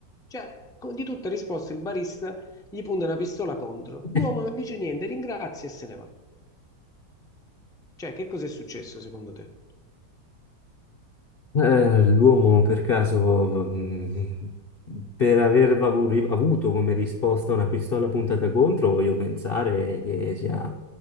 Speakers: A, in the centre; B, on the left.
A: Cioè, co- di tutta risposta il barista gli punta una pistola contro.
B: <laughs>
A: L'uomo non dice niente, ringrazia e se ne va. Cioè, che cos'è successo secondo te?
B: Eh, l'uomo per caso, mh, per aver avu- ri- avuto come risposta una pistola puntata contro, voglio pensare che sia